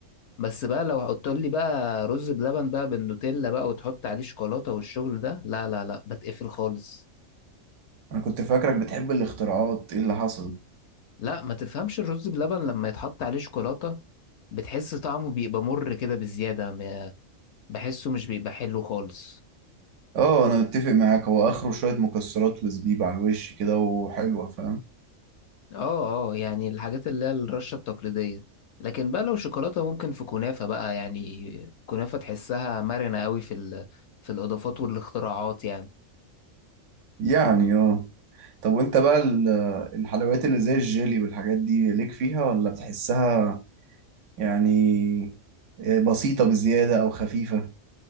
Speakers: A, on the left; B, on the right.
A: بس بقى لو هتقولي بقى رز بلبن بقى بالنوتيلا بقى وتحط عليه شوكولاتة والشغل ده لا لا لا بتقفل خالص
B: انا كنت فاكرك بتحب الاختراعات ايه اللي حصل
A: لا ما تفهمش الرز بلبن لما يتحط عليه شوكولاتة بتحس طعمه بيبقى مر كده بزيادة م- بحسه مش بيبقى حلو خالص
B: اه انا متفق معاك هو اخره شوية مكسرات وزبيب على الوش كده وحلوة فاهم
A: اه اه يعني الحاجات اللي هي الرشة التقليدية لكن بقى لو شوكولاتة ممكن في كنافة بقى يعني كنافة تحسها مرنة قوي في ال... في الإضافات والاختراعات يعني
B: يعني اه طب وانت بقى ال- الحلويات اللي زي الجيلي والحاجات دي ليك فيها ولا بتحسها يعني آه، بسيطة بزيادة او خفيفة